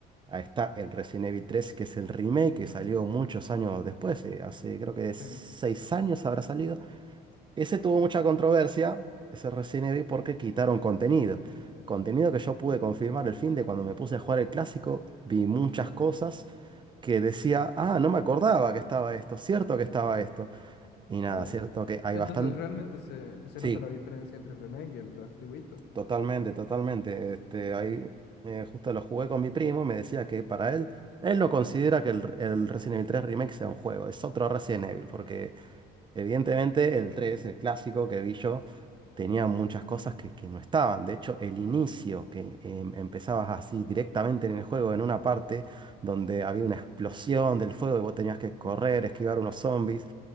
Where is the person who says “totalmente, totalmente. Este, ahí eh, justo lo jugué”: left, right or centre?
Right